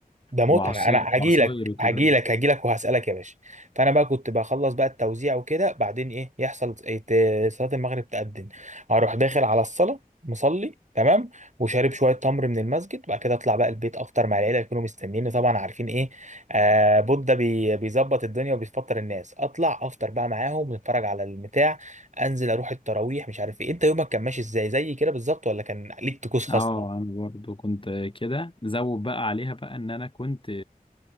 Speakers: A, on the right; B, on the left.
A: ده متعة
B: وعصير
A: انا هجيلك
B: وعصاير وكده
A: هجيلك هجيلك وهسألك يا باشا فانا بقى كنت بخلص بقى التوزيع وكده بعدين ايه يحصل إيه ت- صلاة المغرب تأذن اروح داخل على الصلاة مصلي تمام وشارب شوية تمر من المسجد وبعد كده اطلع بقى البيت افطر مع العيلة يكونوا مستنيني طبعا عارفين ايه آه بودة بي بيظبط الدنيا وبيفطر الناس اطلع افطر بقى معاهم نتفرج على البتاع انزل اروح التراويح مش عارف ايه انت يومك كان ماشي ازاي زي كده بالظبط ولا كان ليك طقوس خاصة
B: اه انا برضه كنت كده زود بقى عليها بقى ان انا كنت